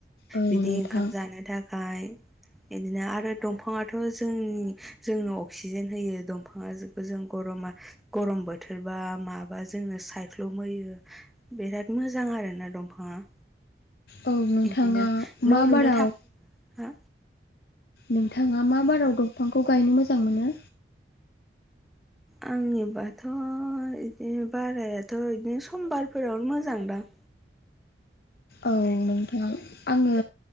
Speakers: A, on the left (about 60°); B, in the centre.
A: औ
B: बिदि
A: नोंथां
B: ओंखाम जानो थाखाय बिदिनो आरो दंफाङाथ' जोंनि जोंनो अक्सिजेन होयो दंफाङा जों गरमा गमर बोथोरबा माबा जों साइख्लु म होयो बिराद मोजां आरोना दंफाङा।
A: औ नोंथाङा
B: इदिनो न'
A: मा
B: लुनो
A: बाराव
B: थाखाय हो
A: नोंथाङा मा बाराव दंफांखौ गायनो मोजां मोनो?
B: आंनिबाथ' बिदि बारायाथ' बिदिनो समबारफोरावनो मोजांदां।
A: औ नोंथां। आङो